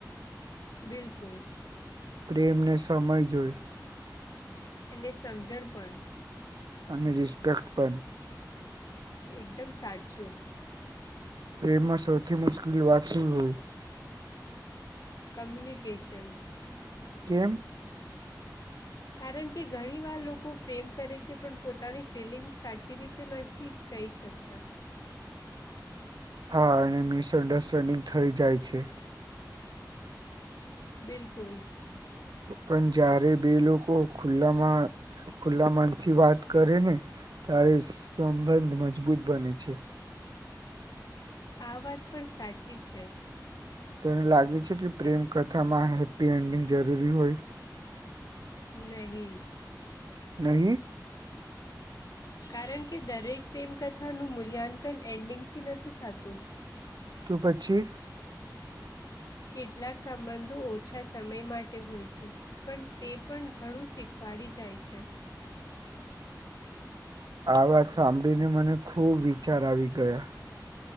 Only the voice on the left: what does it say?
બિલકુલ.
એને સમજણ પણ.
એકદમ સાચું.
કમ્યુનિકેશન.
કારણ કે ઘણી વાર લોકો પ્રેમ કરે છે પણ પોતાની ફિલિંગ સાચી રીતે નથી કહી શકતા.
બિલકુલ.
આ વાત પણ સાચી છે
નહી
કારણ કે દરેક પ્રેમકથાનું મૂલ્યાંકન એન્ડિંગથી નથી થાતું.
કેટલાક સંબંધો ઓછા સમય માટે હોય છે પણ તે પણ ઘણું શીખવા પાડી જાય છે.